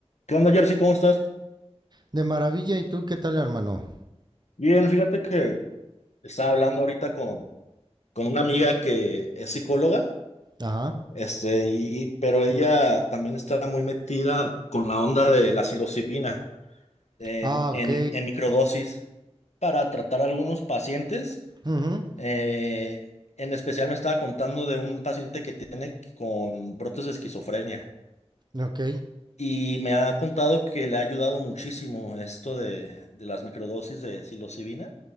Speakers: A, on the left (about 80°); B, on the right (about 40°).
A: ¿Qué onda, Jersey? ¿Cómo estás?
B: De maravilla, ¿y tú qué tal, hermano?
A: Bien, fíjate que estaba hablando ahorita con, con una amiga que es psicóloga,
B: Ajá.
A: este, y, y- pero ella también está muy metida con la onda de la psilocibina en,
B: Ah,
A: en,
B: ok.
A: en microdosis para tratar algunos pacientes.
B: Ujú,
A: Eh, en especial me estaba contando de un paciente que tiene con brotes de esquizofrenia
B: Ok.
A: y me ha contado que le ha ayudado muchísimo esto de, de las microdosis de psilocibina